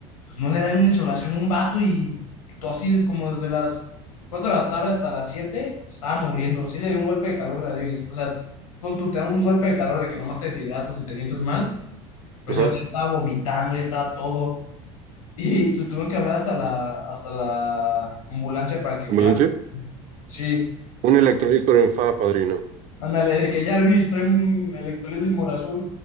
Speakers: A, on the left (about 90°); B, on the right (about 45°).
A: Pues no le dan una insolación a un vato y todo así es como desde las 4 de la tarde hasta las 7 estaba muriendo. Sí le dio un golpe de calor de a Davis. O sea, pon tú, te da un golpe de calor de que nomás te deshidratas y te sientes mal, Pues
B: ajá.
A: el otro ya estaba vomitando, ya estaba todo. Y <laughs> le tuvieron que hablar hasta la, hasta la ambulancia para que viniera.
B: ¿Ambulancia?
A: Sí,
B: Un electrolito en fa, padrino.
A: ándale, de que Jarvis trae un electrolit de morazul.